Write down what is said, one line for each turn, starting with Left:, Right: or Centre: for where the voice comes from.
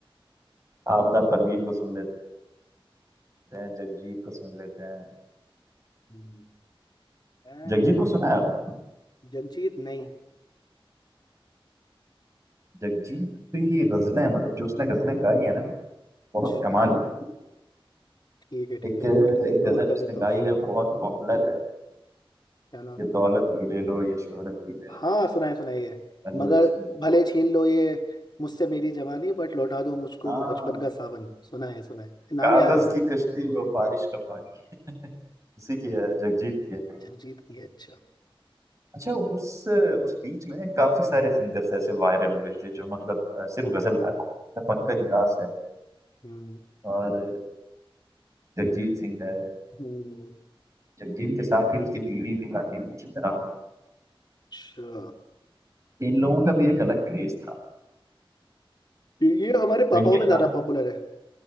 Left: हम्म,
Right: आपदा परवीन को सुन लेते हैं जगजीत को सुन लेते हैं
Left: हम्म। हूँ मैं
Right: जगजीत को सुना है आप
Left: जगजीत नहीं
Right: जगजीत की गजलें मतलब जो उसने गजलें गाई है ना बहुत
Left: अच्छा,
Right: कमाल की।
Left: ठीक है ठीक
Right: एक
Left: है
Right: एक
Left: नोट
Right: गजल
Left: नोट कर
Right: उसने
Left: लेता
Right: गाई
Left: हूँ
Right: है बहुत पॉपुलर है
Left: क्या नाम
Right: ये
Left: है
Right: दौलत भी ले लो ये शोहरत भी ले
Left: हाँ
Right: लो
Left: सुनाए सुनाइए
Right: पहले
Left: मगर
Right: उसने
Left: भले
Right: तो-
Left: छीन लो ये मुझसे मेरी जवानी बट लौटा दो मुझको
Right: हाँ
Left: वो बचपन का सावन सुना है सुना है नाम
Right: कागज
Left: याद नहीं था
Right: की कश्ती वो बारिश का पानी उसी की है जगजीत की है
Left: जगजीत की है अच्छा
Right: अच्छा उस उस बीच में काफी सारे सिंगर्स ऐसे वायरल हुए थे जो मतलब अ, सिर्फ गजल गा रहे थे पंकज
Left: हम्म
Right: उधास है
Left: हम्म
Right: और जगजीत सिंह है
Left: हम्म,
Right: जगजीत के साथ ही उसकी बीवी भी गाती थी चित्रा
Left: अच्छा
Right: इन लोगों का भी एक अलग क्रेज था
Left: ये ये हमारे
Right: तो
Left: पापाओं
Right: इनके
Left: में
Right: कान
Left: ज्यादा पॉपुलर है